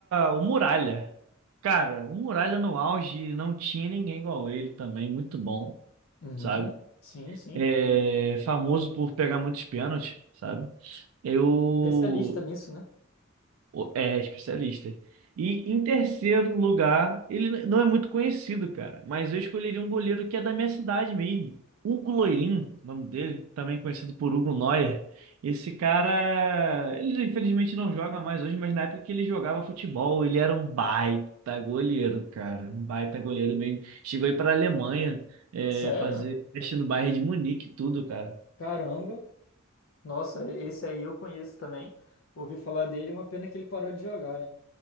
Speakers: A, on the right (about 80°); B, on the left (about 75°).
A: o Muralha. Cara, o Muralha no auge não tinha ninguém igual ele também, muito bom,
B: Uhum.
A: sabe?
B: Sim, sim.
A: É famoso por pegar muitos pênaltis, sabe? Eu
B: Especialista nisso, né?
A: o- É especialista. E em terceiro lugar, ele não é muito conhecido, cara, mas eu escolheria um goleiro que é da minha cidade mesmo. Hugo Loirin, o nome dele, também conhecido por Hugo Neuer. Esse cara, ele infelizmente não joga mais hoje, mas na época que ele jogava futebol, ele era um baita goleiro, cara. Um baita goleiro mesmo. Chegou aí para a Alemanha, é,
B: Sério?
A: fazer teste no Bayern de Munique e tudo, cara.
B: Caramba. Nossa, esse aí eu conheço também. Ouvi falar dele, uma pena que ele parou de jogar, né?